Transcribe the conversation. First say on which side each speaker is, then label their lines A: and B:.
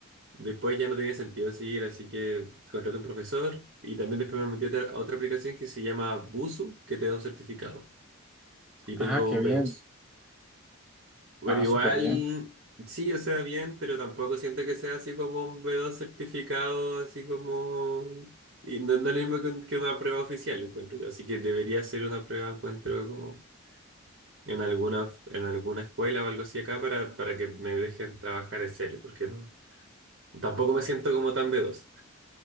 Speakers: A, on the right; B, in the centre.
A: después ya no tenía sentido seguir, así que contraté un profesor y también después me metí a otra a otra aplicación que se llama Busu, que te da un certificado y tengo
B: Ah, qué
A: un
B: bien.
A: b dos pero
B: Ah,
A: igual,
B: súper bien.
A: sí, o sea, bien, pero tampoco siento que sea así como un B2 certificado, así como... Y no, no es lo mismo que, un- que una prueba oficial, encuentro yo. Así que debería ser una prueba, encuentro, como en alguna, en alguna escuela o algo así acá para, para que me dejen trabajar en serio, porque no- tampoco me siento como tan B2.